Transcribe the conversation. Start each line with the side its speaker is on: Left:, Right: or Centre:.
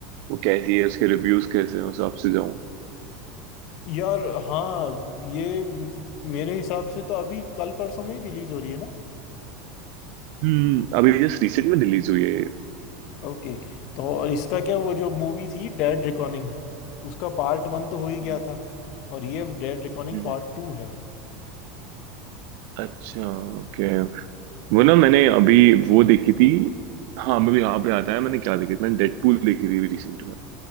Right: वो कैसी है उसके रिव्यूज कैसे हैं उस हिसाब से जाऊँ
Left: यार हाँ ये म- मेरे हिसाब से तो अभी कल परसों में ही रिलीज हो रही है ना
Right: हम्म अभी जस्ट रिसेंट में रिलीज हुई है ये।
Left: ओके तो और इसका क्या वो जो मूवी थी डेड रिकॉर्डिंग उसका पार्ट वन तो हो ही गया
Right: हम्म,
Left: था और ये dead recording
Right: हम्म।
Left: part two okay
Right: अच्छा ओके वो ना मैंने अभी वो देखी थी हाँ मैं भी यहाँ पे आता है मैंने क्या देखी थी? मैंने डेडपूल देखी थी अभी रिसेंट में